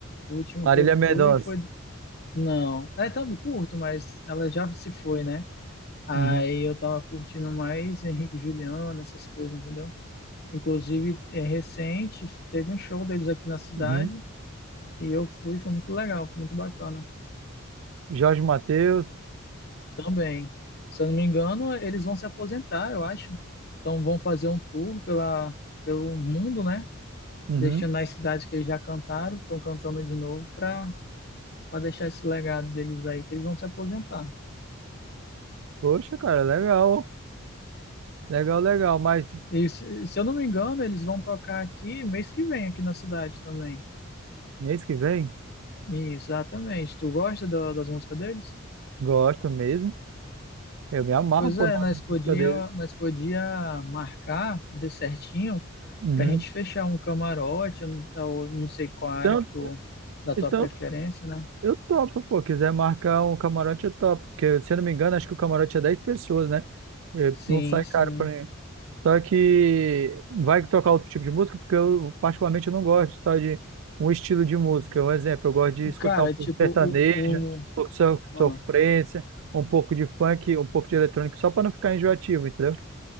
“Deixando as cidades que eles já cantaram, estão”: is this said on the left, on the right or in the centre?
Left